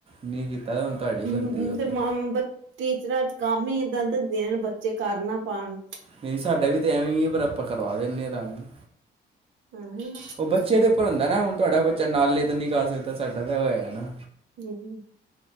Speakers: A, on the right; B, on the right.
A: ਨੀ ਕੀਤਾ ਹੁਣ ਤੁਹਾਡੀ
B: ਹੂੰ
A: ਗਲੱਤੀ ਉੱਤੇ।
B: ਤੇ ਮਾਂ ਬ ਟੀਚਰਾਂ ਕੰਮ ਹੀ ਏਦਾਂ ਦਿੰਦੀਆਂ ਬੱਚੇ ਕਰ ਨਾ ਪਾਉਣ
A: ਨਹੀਂ ਸਾਡਾ ਵੀ ਤਾਂ ਐਵੇਂ ਹੀ ਹੈ ਪਰ ਆਪਾਂ ਕਰਵਾ ਦਿੰਦੇ ਹਾਂ ਤਾਵੀ।
B: <unintelligible> ਹੁ ਹੁ।
A: ਉਹ ਬੱਚੇ ਦੇ ਉੱਪਰ ਹੁੰਦਾ ਨਾ ਹੁਣ ਤੁਹਾਡਾ ਬੱਚਾ ਨਾਲੇ ਤਾਂ ਨੀ ਕਰ ਸਕਦਾ ਸਾਡਾ ਤਾਂ ਉਹ ਹੈਗਾ ਨਾ।
B: ਹਮ